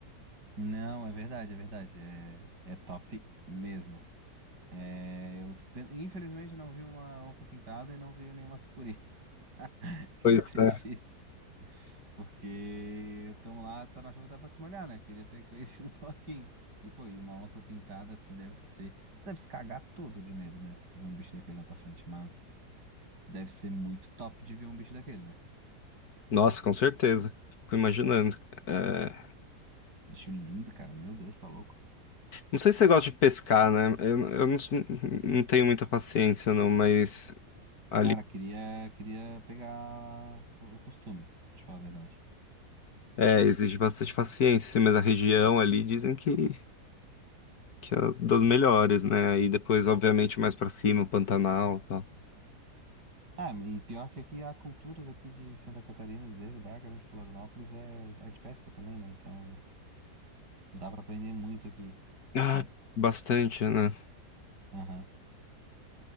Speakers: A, on the right (about 85°); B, on the left (about 65°).
A: Não, é verdade, é verdade. É, é top mesmo. É, eu, espe- infelizmente eu não vi uma onça pintada e não vi nenhuma sucuri. <laughs> Queria
B: Pois
A: ter
B: é.
A: visto. Porque estamos lá, tá na chuva, tá pra se molhar, né? Queria ter conhecido <laughs> um pouquinho. E, pô, e uma onça pintada assim deve ser. Tu deve se cagar todo de medo, né? Se tu vê um bicho daquele na tua frente, mas deve ser muito top de ver um bicho daquele, né?
B: Nossa, com certeza. Fico imaginando. É,
A: Bicho lindo, cara. Meu Deus, tá louco.
B: Não sei se você gosta de pescar, né? Eu, eu não, s- não tenho muita paciência, não, mas ali
A: Cara, queria, queria pegar o o costume, pra te falar a verdade.
B: É. é, exige bastante paciência, assim, mas a região ali dizem que, que é as- das melhores, né? Aí depois, obviamente, mais pra cima, o Pantanal e tal.
A: Ah, e pior que aqui a cultura daqui de Santa Catarina, de- da Grande Florianópolis, é, é de pesca também, né? Então dá pra aprender muito aqui,
B: Ah,
A: sabe?
B: bastante, né?
A: Aham.